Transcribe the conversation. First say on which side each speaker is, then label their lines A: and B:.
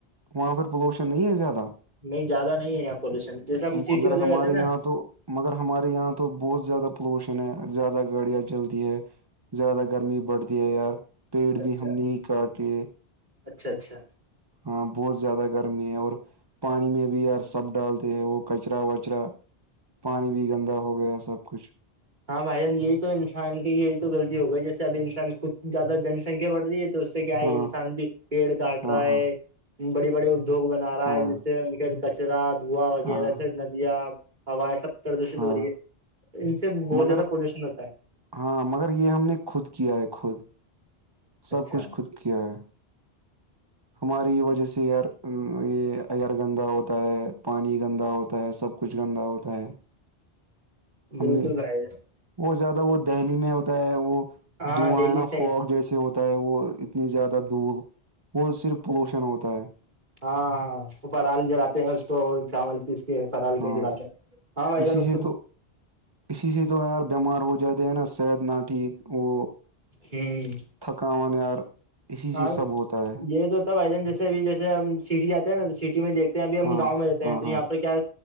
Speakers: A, on the right (about 25°); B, on the right (about 45°).
A: وہاں پ پولوشن نہیں ہے زیادہ
B: نہیں زیادہ نہیں ہے یہاں پولوشن جیسا ہم
A: مگر
B: سٹی وغہ جے
A: ہمارے
B: ہیں نا
A: یہاں تو مگر ہمارے یہاں تو بہت زیادہ پولوشن ہے زیادہ گاڑیاں چلتی ہے زیادہ گرمی بڑھتی ہے یار پیڑ بھی
B: اچھا
A: ہم نے کاٹے
B: اچھا اچھا
A: ہاں بہت زیادہ گرمی ہے اور پانی میں بھی یار سب ڈالتے ہیں وہ کچرا وچرا پانی بھی گندا ہو گیا سب کچھ
B: ہاں بائی جان یہی تو انسان کی یہی توغطی ہو گئی جیسے اب انسان خود زیادہ جنسنکھیا بڑ رہی ہے تو اس سے کیا ہے
A: ہاں
B: کہ انسان بھی پیڑ کاٹ
A: ہاں
B: رہا ہے
A: ہاں
B: بڑی بڑے ادیوگ بنا رہا
A: ہاں
B: ہے جس سے پھر کچرا دھواں وغیرہ
A: ہاں
B: سے ندیاں ہوائیں سب پردوشت
A: ہاں
B: ہو رہی ہے اس بہت
A: مگر
B: زیادہ پولیوشن ہوتا ہے
A: ہاں مگر یہ ہم نے خود کیا ہے خود سب
B: اچھا
A: کچھ خود کیا ہے
B: <inaudible>
A: ہماری یہ وجہ سے ایئر یہ ایئر گندا ہوتا ہے پانی گندا ہوتا ہے سب کچھ گندا ہوتا ہے
B: بالک
A: ہم
B: جائے جا
A: وہ زیادہ وہ دہلی میں ہوتا ہے وہ
B: ہاں
A: دعائنا
B: دہلی سے
A: فوگ جیسے سے ہوتا ہے وہ اتنی زیادہ دھول وہ صرف پولوشن ہوتا ہے
B: ہاں ہاں اپ رال جلاتے ہیں اس کو چاول پیس کرال
A: ہاں
B: کے دلاتے ہاں بھائی
A: اسی
B: جان اس
A: سے تو اسی سے تو یار بیمار ہو جاتے ہیں نا صحت نہ ٹھیک وہ
B: ہوں
A: تھکاان یار اسی سے
B: ہاں
A: سب ہوتا ہے
B: یہ تو سب آ جن جیسےب جیسے ہم سٹی جاتے ہیں نا تو سٹی میں دیکھ اب ہم
A: ہاں
B: گاؤں میں رہتے
A: ہاں
B: ہیں تو
A: ہاں
B: یہاں پر کیا